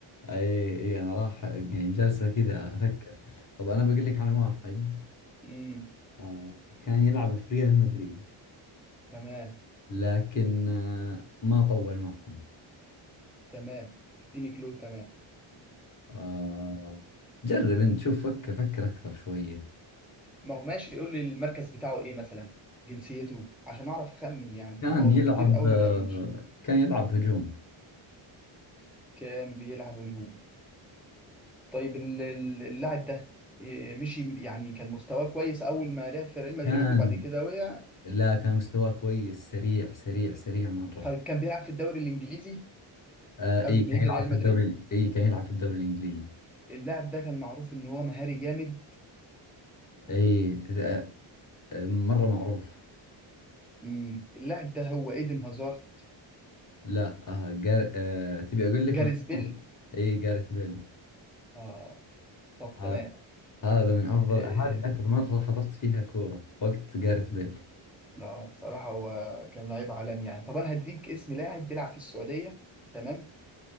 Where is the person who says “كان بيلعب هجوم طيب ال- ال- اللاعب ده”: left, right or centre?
Centre